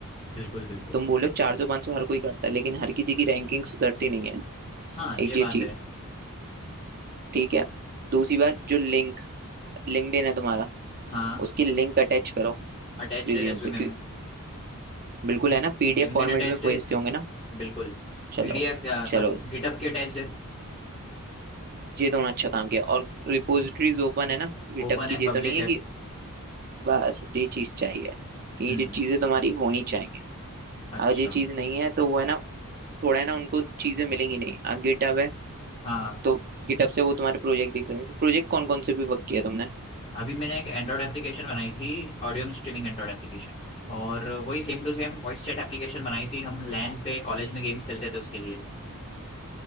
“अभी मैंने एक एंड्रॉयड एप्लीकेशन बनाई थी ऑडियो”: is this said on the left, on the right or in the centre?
Left